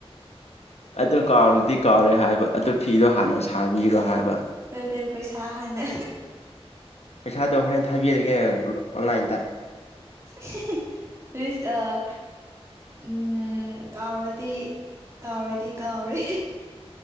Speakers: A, on the left; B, on the right.
A: ꯑꯗꯨ ꯀꯥꯎꯔꯗꯤ ꯀꯥꯎꯔꯦ ꯍꯥꯏꯕ ꯑꯗꯨ ꯐꯤꯗꯣ ꯍꯥꯟꯅ ꯁꯥꯕꯤꯔꯣ ꯍꯥꯏꯕ
B: ꯅꯠꯇꯦ ꯄꯩꯁꯥ ꯍꯅ
A: ꯄꯩꯁꯥꯗꯣ ꯍꯣꯔꯦꯟ ꯊꯥꯕꯤꯔꯒꯦ ꯑꯣꯟꯂꯥꯏꯟꯗ
B: ꯍꯦ-ꯍꯦ ꯄꯜꯑꯤꯁ ꯑꯥ ꯎꯝ ꯀꯥꯎꯔꯗꯤ ꯀꯥꯎꯔꯦꯗꯤ ꯀꯥꯎꯔꯦ